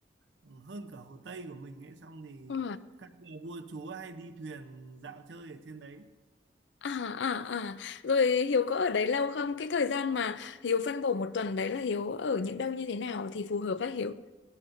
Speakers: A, on the right; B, on the left.
A: ừ, hơn cả hồ Tây của mình ấy xong thì
B: Ờ,
A: các nhà vua chúa hay đi thuyền dạo chơi ở trên đấy
B: À, à, à. Rồi Hiếu có ở đấy lâu không? Cái thời gian mà Hiếu phân bổ một tuần đấy là Hiếu ở những đâu như thế nào thì phù hợp với Hiếu?